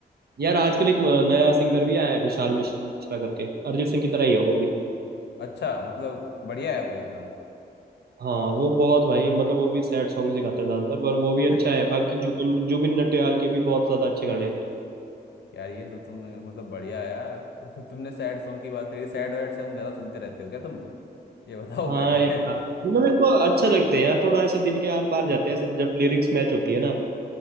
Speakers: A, on the right; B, on the left.
A: यार आजकल एक नया सिंगर भी आया है विशाल मिश्रा करके अरिजीत सिंह की तरह ही है वो भी
B: अच्छा मतलब बढ़िया है वो एकदम
A: हाँ वो बहुत भाई मतलब वो भी सैड सॉन्ग ही गाता है ज्यादातर पर वो भी अच्छा
B: <laughs>
A: है बाकी जुबिन जुबिन नटियाल के भी बहुत ज्यादा अच्छे गाने हैं भाई
B: यार ये तो तुम मतलब बढ़िया है यार <laughs> तो तुमने सैड सॉन्ग की बात करी सैड वैड सॉन्ग ज्यादा सुनते रहते हो क्या तुम ये बताओ
A: हाँ
B: पहले
A: यार
B: <laughs>
A: मतलब मेरे को अच्छा लगता है यार थोड़ा ऐसे दिल के आर पार जाते हैं ऐसे जब लिरिक्स मैच होती है ना